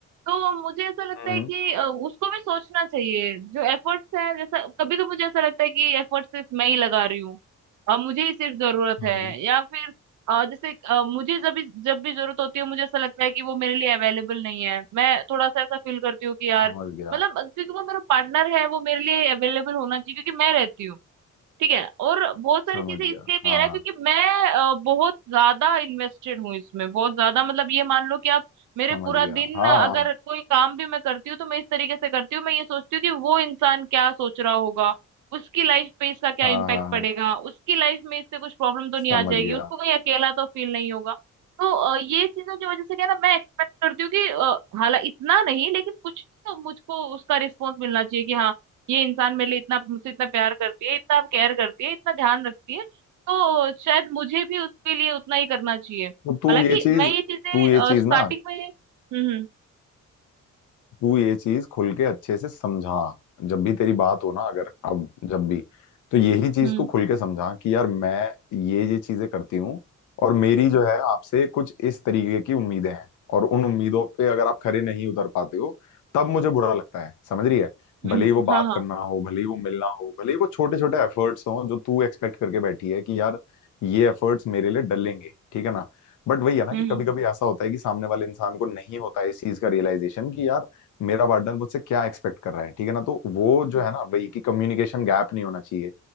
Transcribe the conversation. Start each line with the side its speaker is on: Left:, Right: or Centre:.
Right: तो मुझे ऐसा लगता
Left: हम्म
Right: है कि अ, उसको भी सोचना चाहिए जो एफर्ट्स है जैसा कभी तो मुझे ऐसा लगता है कि एफर्ट्स सिर्फ मैं ही लगा रही हूँ अब मुझे ही सिर्फ जरूरत
Left: हम्म
Right: है या फिर अ, जैसे अ, मुझे जब भी जब भी जरूरत होती है मुझे ऐसा लगता है कि वो मेरे लिए अवेलेबल नहीं है मैं थोड़ा सा ऐसा फील करती हूँ कि यार
Left: समझ गया
Right: मतलब क्योंकि वो मेरा पार्टनर है वो मेरे लिए अवेलेबल होना चाहिए क्योंकि मैं रहती हूँ ठीक है और बहुत सारी
Left: समझ
Right: चीजें
Left: गया
Right: इसलिए भी
Left: हाँ
Right: है ना
Left: हाँ
Right: क्योंकि मैं अ, बहुत ज्यादा इन्वेस्टेड हूँ इसमें बहुत ज्यादा मतलब ये मान लो कि आप मेरे
Left: समझ
Right: पूरा
Left: गया
Right: दिन
Left: हाँ
Right: अ, अगर
Left: हाँ
Right: कोई काम भी मैं करती हूँ तो मैं इस तरीके से करती हूँ मैं ये सोचती हूँ कि वो इंसान क्या सोच रहा होगा उसकी लाइफ पे इसका क्या
Left: हाँ
Right: इम्पैक्ट
Left: हाँ हाँ
Right: पड़ेगा उसकी लाइफ में इससे कुछ प्रॉब्लम तो नहीं
Left: समझ
Right: आ जाएगी
Left: गया
Right: उसको कहीं अकेला तो फील नहीं होगा तो अ, ये चीजों की वजह से क्या है ना मैं एक्सपेक्ट करती हूँ कि हालांकि इतना नहीं लेकिन कुछ तो मुझको उसका रिस्पॉन्स मिलना चाहिए कि हाँ ये इंसान मेरे लिए इतना मुझसे इतना प्यार करती है इतना केयर करती है इतना ध्यान रखती है तो शायद मुझे भी उसके लिए उतना ही करना चाहिए हालांकि
Left: तो तू ये चीज
Right: मैं ये चीजें
Left: तू ये चीज
Right: स्टार्टिंग
Left: ना
Right: में हम्म
Left: तू ये चीज खुल के अच्छे से समझा जब भी तेरी बात हो ना अगर अब जब भी तो यही चीज
Right: हम्म
Left: तू खुल के समझा कि यार मैं ये ये चीजें करती हूँ और मेरी जो है आपसे कुछ इस तरीके की उम्मीदें हैं और उन उम्मीदों पे अगर आप खरे नहीं उतर पाते हो तब मुझे बुरा लगता है समझ रही है
Right: हम्म
Left: भले
Right: हम्म,
Left: ही वो बात
Right: हाँ हाँ
Left: करना हो भले ही वो मिलना हो भले ही वो छोटे छोटे एफर्ट्स हों जो तू एक्सपेक्ट करके बैठी है कि यार ये एफर्ट्स मेरे लिए डलेंगे ठीक है ना बट वही है ना
Right: हम्म
Left: कि
Right: हम्म
Left: कभी कभी ऐसा होता है कि सामने वाले इंसान को नहीं होता है इस चीज का रियलाइजेशन कि यार मेरा पार्टनर मुझसे क्या एक्सपेक्ट कर रहा है ठीक है ना तो वो जो है ना भाई कि कम्युनिकेशन गैप नहीं होना चाहिए